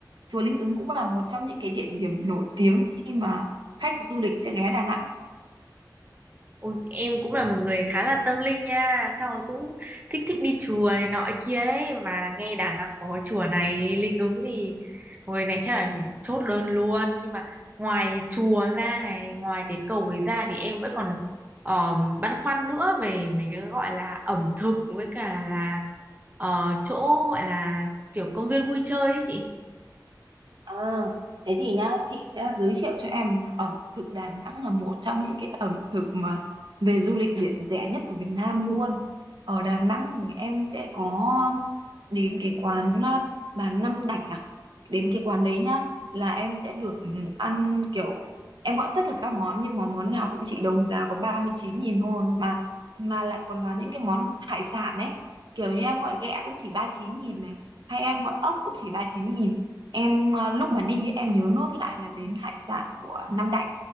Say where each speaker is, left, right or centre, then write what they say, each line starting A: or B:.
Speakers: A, on the right (about 85°); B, on the right (about 25°).
A: chùa Linh Ứng cũng là một trong những cái địa điểm nổi tiếng khi mà khách du lịch sẽ ghé Đà Nẵng
B: Ôi, em cũng là một người khá là tâm linh nha Xong rồi cũng thích thích đi chùa này nọ kia ấy Mà nghe Đà Nẵng có chùa này linh ứng thì Hồi này chắc là phải chốt đơn luôn Nhưng mà ngoài chùa ra này Ngoài cái cầu ấy ra thì em vẫn còn um, băn khoăn nữa Về mấy cái gọi là ẩm thực Với cả là ờ, chỗ gọi là kiểu công viên vui chơi ấy chị
A: Ờ, thế thì nhá, chị sẽ giới thiệu cho em ẩm thực Đà Nẵng là một trong những cái ẩm thực mà về du lịch biển rẻ nhất của Việt Nam luôn. Ở Đà Nẵng thì em sẽ có đến cái quán à, bà Năm Đảnh à. Đến cái quán đấy nhá, là em sẽ được ừ, ăn kiểu em gọi tất cả các món nhưng mà món nào cũng chỉ đồng giá có ba mươi chín nghìn thôi mà mà lại còn là những cái món hải sản ấy. Kiểu như em gọi ghẹ cũng chỉ ba mươi chín nghìn này, hay em gọi ốc cũng chỉ ba mươi chín nghìn em ờ, lúc mà đi ấy, em nhớ nốt lại là đến hải sản của Nam Định